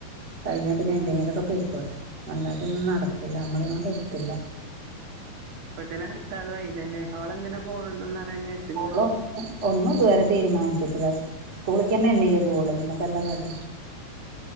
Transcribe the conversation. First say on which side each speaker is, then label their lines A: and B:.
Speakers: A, on the right; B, on the right.
A: കഴിഞ്ഞാൽ പിന്നെ എന്തിനെലോകെ പൊയ്ക്കോട്ടെ. അല്ലാതെയൊന്നും നടക്കില്ല. നമ്മളെ കൊണ്ട് എത്തില്ല
B: അപ്പോഴത്തേന് അടുത്ത ആളും ആയിലല്ലേ. ഓളെന്തിനാ പോണംന്നറീണ് നഴ്സ്സിംങ്ങിനോ?
A: ഓള് ഒന്നും ഇതുവരെ തീരുമാനിച്ചിട്ടില്ല. സ്‌ സ്കൂളിക്കന്നെ എന്നേലെ പോവുള്ളൂ. പിന്നെപ്പന്താ കാട്ട